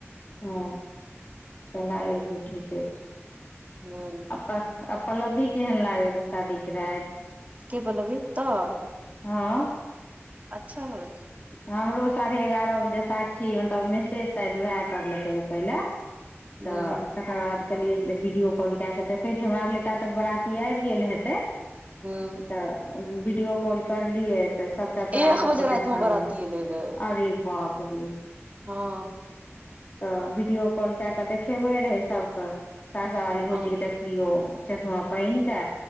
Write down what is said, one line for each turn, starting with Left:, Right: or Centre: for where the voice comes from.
Left: हँ चलाइ एगो ठीके छै
Right: हुँ -
Left: अप अप्लब्बी केहन लागै रहौ शादीके राति
Right: के बोलबी तऽ
Left: हँ
Right: अच्छा रह
Left: हमरो साढ़े एगारह बजे साक्षी मतलब मैसेज शायद उएह कर लके रहै पहले
Right: हूं
Left: तऽ तकर बाद कहलियै वीडियो कॉल कए क तऽ देखै छियै हमरा लए ता तक बराती आब गेल हेतै
Right: हूँ
Left: तऽ वीडियो कॉल करलियै तऽ सबटा तोरा
Right: एक
Left: सबके
Right: बजे राति
Left: देखाबै
Right: मे बराती एलै रहे
Left: अरे बाप रे
Right: हँ
Left: तऽ वीडियो कॉल कए कऽ देखेबै रहै सभके सहरसा वाली भौजीकेऽ
Right: हँ
Left: देखै लिय चश्मा पहिन के